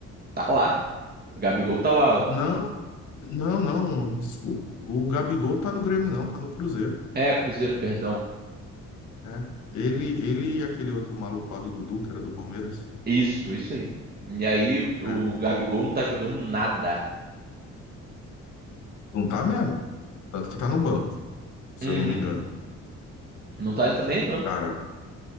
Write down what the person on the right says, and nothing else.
Tá lá. O Gabigol tá lá.
É, Cruzeiro, perdão.
Isso, isso aí. E aí o,
o Gabigol não tá jogando nada.
Uhum.
Não tá entra- nem entrando.